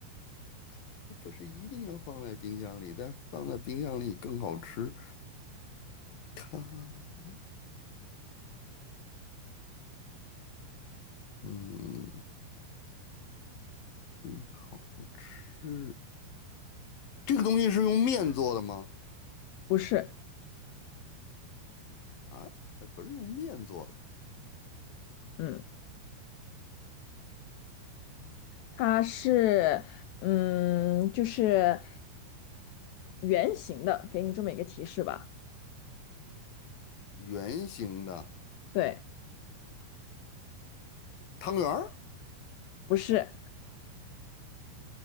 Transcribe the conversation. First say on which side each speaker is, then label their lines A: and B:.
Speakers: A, on the left (about 50°); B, on the left (about 70°).
A: 它不是一定要放在冰箱里，但放在冰箱里更好吃。它，嗯，更好吃。这个东西是用面做的吗？
B: 不是。
A: 啊，还不是用面做的，
B: 嗯。它是，嗯，就是圆形的，给你这么一个提示吧。
A: 圆形的
B: 对，
A: 汤圆儿，
B: 不是，